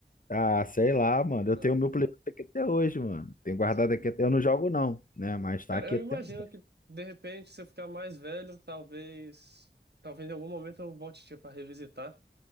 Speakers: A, on the left; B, on the right.
A: Ah, sei lá, mano. Eu
B: Aham.
A: tenho o meu Playboy aqui até hoje, mano. Tenho guardado
B: Uhum.
A: aqui até. Eu não jogo, não, né? Mas tá
B: Cara,
A: aqui
B: eu
A: até.
B: imagino
A: hoje.
B: que
A: <laughs>
B: de repente, se eu ficar mais velho, talvez, talvez em algum momento eu volte tipo, para revisitar,